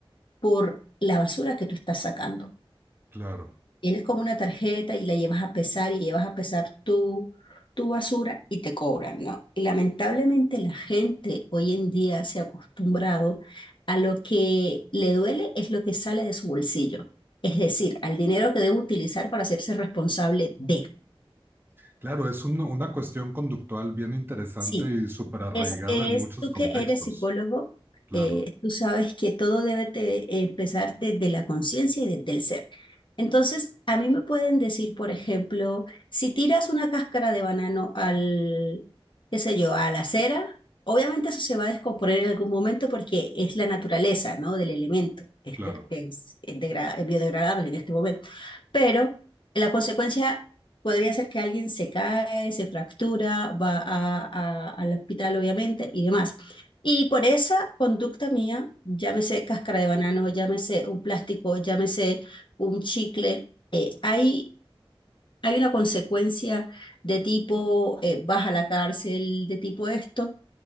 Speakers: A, on the left; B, on the right.
A: por la basura que tú estás sacando.
B: claro.
A: Tienes como una tarjeta y la llevas a pesar y llevas a pesar tu, tu basura y te cobran, ¿no? Y lamentablemente la gente hoy en día se ha acostumbrado a lo que le duele es lo que sale de su bolsillo, es decir, al dinero que debe utilizar para hacerse responsable de.
B: Claro, es un- una cuestión conductual bien interesante
A: Sí,
B: y súper arraigada
A: Es, es
B: en muchos
A: tú
B: contextos.
A: que eres psicólogo,
B: Claro,
A: eh, tú sabes que todo debe te- empezar desde la conciencia y desde el ser. Entonces, a mí me pueden decir, por ejemplo, si tiras una cáscara de banano al, qué sé yo, a la acera, obviamente eso se va a descomponer en algún momento porque es la naturaleza, ¿no? Del elemento, este,
B: claro.
A: es, es degra- es biodegradable en este momento. Pero la consecuencia Podría ser que alguien se cae, se fractura, va a- a- al hospital, obviamente, y demás. Y por esa conducta mía, llámese cáscara de banano, llámese un plástico, llámese un chicle, eh, hay, hay una consecuencia de tipo eh, vas a la cárcel, de tipo esto.